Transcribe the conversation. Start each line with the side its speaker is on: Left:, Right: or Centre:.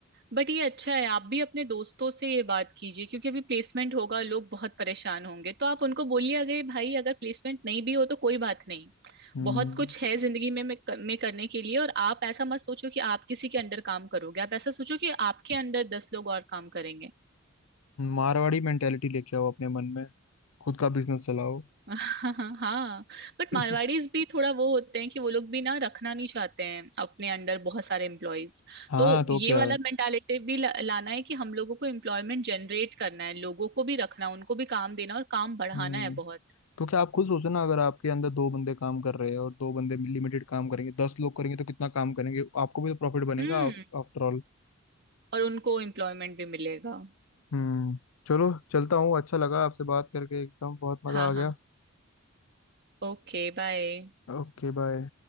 Right: बट ये अच्छा है आप भी अपने दोस्तों से ये बात कीजिए क्योंकि अभी प्लेसमेंट होगा लोग बहुत परेशान होंगे तो आप उनको बोलिए अगर भाई अगर प्लेसमेंट नहीं भी हो तो कोई बात नहीं
Left: हम्म
Right: बहुत कुछ है जिंदगी में में में करने के लिए और आप ऐसा मत सोचो कि आप किसी के अंडर काम करोगे आप ऐसा सोचो कि आपके अंडर दस लोग और काम करेंगे
Left: मारवाड़ी मेंटेलिटी लेके आओ अपने मन में खुद का बिजनेस चलाओ
Right: <laughs> हाँ बट
Left: <laughs>
Right: मारवाड़ीज भी थोड़ा वो होते हैं कि वो लोग भी ना रखना नहीं चाहते हैं अपने अंडर बहुत सारे एम्प्लॉयज
Left: हाँ
Right: तो
Left: तो
Right: ये
Left: क्या
Right: वाला मेंटालिटी भी ला, लाना है कि हम लोगों को एम्प्लॉयमेंट जनरेट करना है लोगों को भी रखना उनको भी काम देना और काम बढ़ाना
Left: हम्म
Right: है बहुत
Left: तो क्या आप खुद सोचो ना अगर आपके अंदर दो बंदे काम कर रहे हैं और दो बंदे लिमिटेड काम करेंगे दस लोग करेंगे तो कितना काम करेंगे आपको भी तो प्रॉफिट बनेगा
Right: हम्म
Left: आफ्टर ऑल
Right: और उनको एम्प्लॉयमेंट भी मिलेगा
Left: हम्म चलो चलता हूँ अच्छा लगा आपसे बात करके एकदम बहुत मजा
Right: हाँ
Left: आ गया
Right: हाँ Okay bye
Left: Okay bye